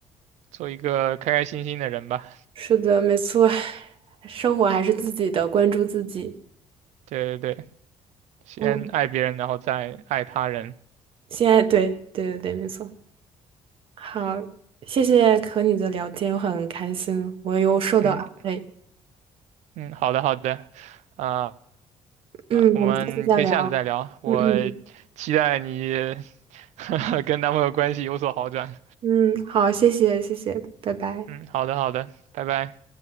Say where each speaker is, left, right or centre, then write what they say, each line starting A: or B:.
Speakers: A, on the right (about 80°); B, on the right (about 50°).
A: 做一个开开心心的人吧。
B: 是的，没错，生活还是自己的，关注自己。
A: 对对对，先爱别人，
B: 嗯，
A: 然后再爱他人。
B: 现在对对对对，没错。好，谢谢和你的聊天，我很开心，我又受到安慰。
A: 嗯嗯，好的好的，啊、
B: 嗯，
A: 啊，我们可以下次再聊。
B: 我们下次再聊。
A: 我
B: 嗯嗯
A: 期待你 <laughs> 跟男朋友关系有所好转。
B: 嗯，好，谢谢谢谢，拜拜。
A: 嗯，好的好的，拜拜。